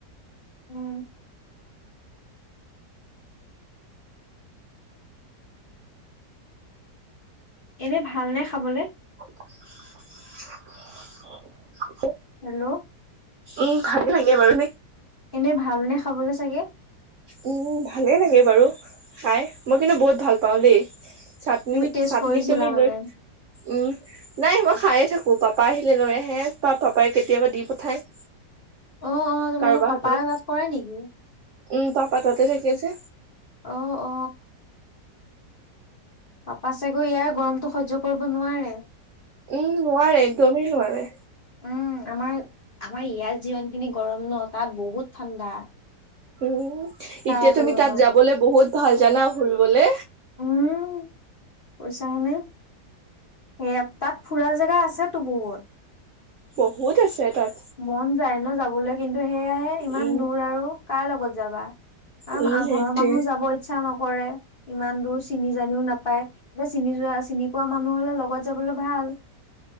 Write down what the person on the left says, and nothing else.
উম এনে ভাল নে খাবলৈ?
হেল্ল'।
এনে ভালনে খাবলৈ চাগে?
তুমি টেষ্ট
কৰিছিলা
মানে?
অ', অ', তোমালোকৰ
পাপাও
তাত কৰে নেকি?
অ', অ'। পাপা চাগৈ ইয়াই গৰমটো সহ্য কৰিব নোৱাৰে।
উম আমাৰ আমাৰ ইয়াত যিমান খিনি গৰম ন, তাত বহুত ঠাণ্ডা।
তাৰ
তুলনাত।
উম' পইচা হেনে। সেয়া তাত ফুৰা জেগা আছেতো বহুত।
মন যায় ন যাবলৈ, কিন্তু সেয়াহে ইমান
দূৰ আৰু। কাৰ লগত যাবা, আৰু
ঘৰৰ মানুহ যাব ইচ্ছা নকৰে ইমান দূৰ। চিনি জানিও নাপায়, এতিয়া চিনি যোৱা চিনি পোৱা মানুহ হ'লে লগত যাবলৈ ভাল।